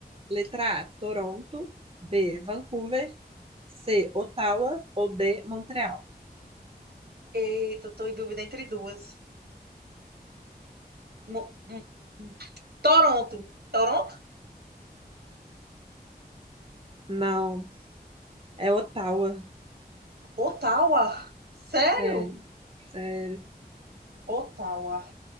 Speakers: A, on the right; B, on the right.
A: Letra A, Toronto. B, Vancouver. C, Ottawa. Ou D, Montreal.
B: Eita, tô em dúvida entre duas. Mo- hum, hum. Toronto. Toronto?
A: Não, é Ottawa.
B: Ottawa? Sério?
A: É, sério.
B: Ottawa.